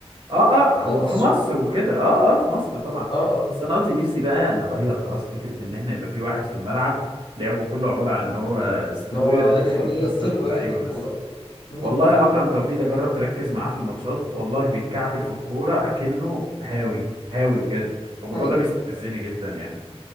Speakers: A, on the right; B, on the left.
A: اه اه هو
B: مصر
A: في مصر وكده اه اه في مصر طبعا
B: اه
A: بس انا
B: اه
A: قصدي نفسي بقى نغير خلاص فكره ان احنا يبقى في واحد في الملعب لعبه كله عباره عن ان هو ديستروير
B: اللي هو
A: داخل
B: يدخل
A: يكسر
B: يقتل
A: في
B: وياخد
A: اللعيبه
B: الكورة
A: بس
B: مم.
A: والله اكرم توفيق ده جرب تركز معاه في الماتشات والله بيتكعبل في الكوره اكنه هاوي هاوي بجد الموضوع
B: حقيقة
A: ده بيستفزني جدا يعني